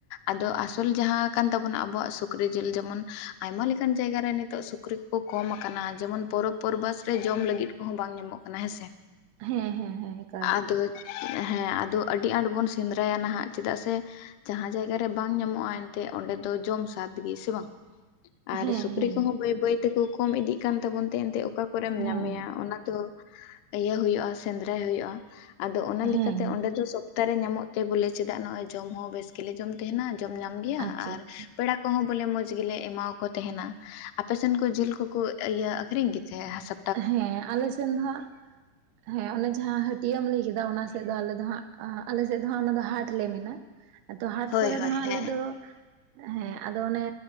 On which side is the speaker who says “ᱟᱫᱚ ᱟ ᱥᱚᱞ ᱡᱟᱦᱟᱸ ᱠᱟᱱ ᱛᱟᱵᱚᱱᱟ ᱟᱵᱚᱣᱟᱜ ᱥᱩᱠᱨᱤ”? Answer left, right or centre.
Left